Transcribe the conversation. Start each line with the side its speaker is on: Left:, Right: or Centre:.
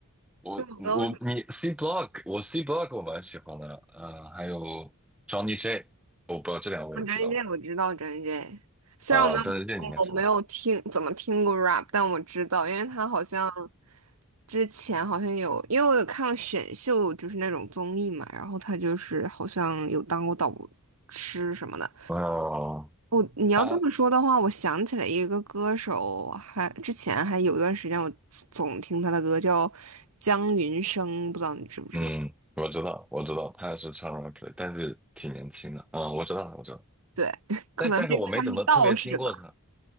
Centre: 我我你
Right: 就我跟我。
Centre: C Block，我 C Block 我蛮喜欢的，嗯，还有 Johnny J，我不知道这两位你知道吗？
Right: 我 J J 我知道张 J J，虽然我没有
Centre: 啊，张卫健你应该知道。
Right: 我没有听怎么听过 rap，但我知道，因为他好像之前好像有，因为我有看过选秀，就是那种综艺嘛，然后他就是好像有当过导师什么的。
Centre: 哦，
Right: 我你要这么说的话，
Centre: 他。
Right: 我想起来一个歌手，还之前还有一段时间我总听他的歌，叫江云生，不知道你知不知道？
Centre: 嗯，我知道，我知道，他是唱 r a p l 但是挺年轻的。嗯，我知道，我知道，
Right: 对，<laughs> 可能是因为他是道士吧。
Centre: 但但是我没怎么特别听过他